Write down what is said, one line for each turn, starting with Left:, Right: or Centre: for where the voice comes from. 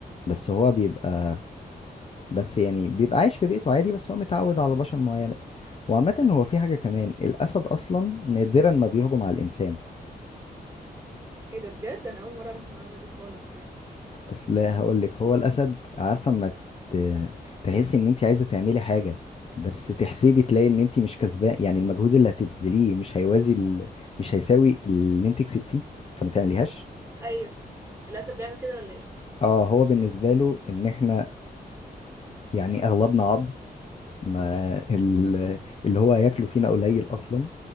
Left: بس هو بيبقى بس يعني بيبقى عايش في بيئته عادي بس هو متعود على بشر معينة وعامة هو في حاجة كمان الأسد أصلا نادرا ما بيهجم على الإنسان
Right: ايه ده بجد انا اول مرة اعرف المعلومة دي خالص يعني
Left: أصل هقولك هو الأسد عارفة اما ت- تحسي إن أنت عايزة تعملي حاجة بس تحسبي تلاقي إن أنت مش كسبان يعني المجهود اللي هتبذليه مش هيوازي ال... مش هيساوي اللي أنت كسبتيه فما تعمليهاش
Right: ايوه الاسد بيعمل كده ولا ايه
Left: اه هو بالنسبة له ان احنا يعني اغلبنا عظم ما ال- اللي هو هياكله فينا قليل اصلا